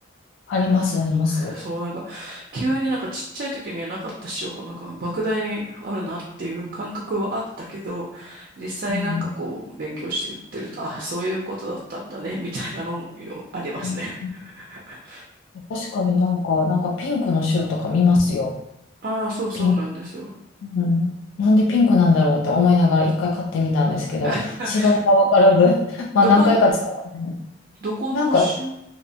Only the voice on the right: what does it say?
あの
そう、なんか、急になんかちっちゃい時にはなかった塩が、なんか、莫大にあるなっていう感覚はあったけど、実際なんかこう、
勉強して売ってると、あ、そういうことだったんだね、みたいなのもよありますね。
<laughs>
ああ、そうそうなんですよ。
<laughs>
どこの、どこのお塩